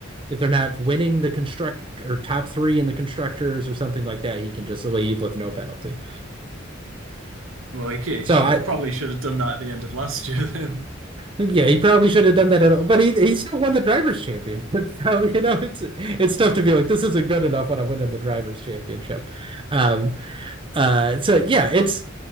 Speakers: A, on the right; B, on the right.
A: if they're not winning the construct or top 3 in the constructors or something like that, he can just leave with no penalty.
B: Well, he,
A: So
B: c-
A: I
B: he probably should have done that at the end of last <laughs> year then.
A: Yeah, he probably should have done that at all, but he he still won the drivers' championship. <laughs> So you know, it's it's tough to be like this isn't good enough when I'm winning the drivers' championship. Um,
B: Yeah.
A: uh, so yeah, it's